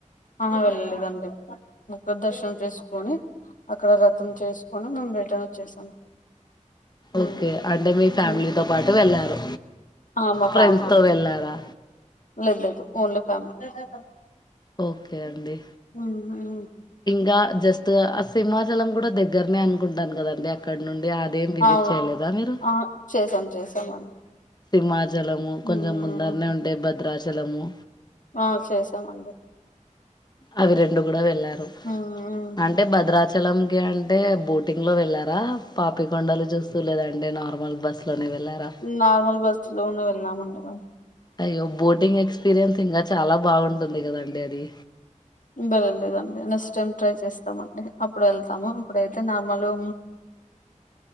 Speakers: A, on the left; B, on the left.
A: ఆహ వెళ్ళాలేదండి మకర దర్శనం చేసుకొని అక్కడ వ్రతం చేసుకొని మేము రేటర్న్ వచ్చేసాం. మ్మ్
B: ఓకే అంటే మీ ఫ్యామిలీతో
A: మ్మ్
B: పాటు వెళ్లారు.
A: ఆ మా
B: ఫ్రెండ్స్తో
A: ఫ్యామిలీ
B: వెళ్ళారా
A: లేదు లేదు ఓన్లీ ఫ్యామిలీ తో
B: ఓకే అండి.
A: ఉమ్,
B: గా జస్ట్ ఆ సింమాచలం కూడా దగ్గరనే అనుకుంటాను కదండి అక్కడ నుండి అ దేన్ని విజిట్
A: అవును
B: చేయలేదా మీరు
A: ఆ చేసాం చేసామండి
B: సింహచలము కొంచెం
A: ఉమ్,
B: ముందరనే ఉంటే భద్రాచ చలము
A: ఆ చేసామండి
B: అవి రెండు కూడా వెళ్ళారు
A: ఉమ్,
B: అంటే భద్రాచె చలం కీ అంటే బోటింగ్ లో వెళ్ళారా పాపి కొండలు చూస్తూ లేదంటె నార్మల్ బస్ లోనే వెళ్ళారా
A: నార్మల్ బస్సు లో నే వెళ్ళినమండి మేం
B: అయ్యో బోటింగ్ ఎక్స్పీరియన్స్ ఇంగా చాలా బాగుంటుంది కదంన్ డీ అది
A: బేరలేదండి నెస్టైమ్ ట్రై చేస్తామండి అప్పుడు వెళ్తాము ఇప్పుడైతే నార్మల్ లు